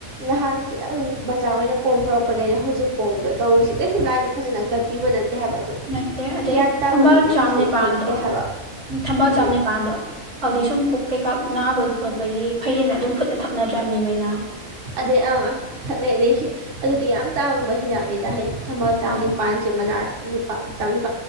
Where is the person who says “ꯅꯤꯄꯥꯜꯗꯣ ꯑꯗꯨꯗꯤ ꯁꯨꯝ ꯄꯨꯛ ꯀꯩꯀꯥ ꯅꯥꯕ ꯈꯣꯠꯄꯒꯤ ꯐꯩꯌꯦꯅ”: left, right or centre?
Right